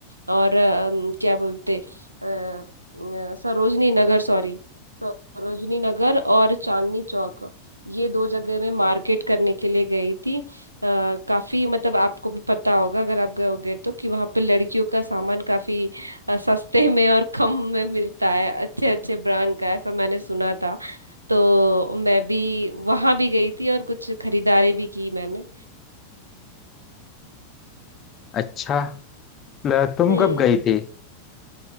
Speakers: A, on the right (about 85°); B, on the left (about 30°).
A: और अम, क्या बोलते अ, अ, सरोजनी नगर सॉरी सरोजनी नगर और चांदनी चौक ये दो जगह मैं मार्केट करने के लिए गई थी आ, काफी मतलब आपको भी पता होगा अगर आप गए होगे तो कि वहाँ पे लड़कियों का सामान काफी अ, सस्ते में और कम में मिलता है अच्छे अच्छे ब्रांड का ऐसा मैंने सुना था तो मैं भी वहाँ भी गई थी और कुछ खरीदारी भी की मैंने
B: अच्छा ल- तुम
A: हम्म
B: कब गई थी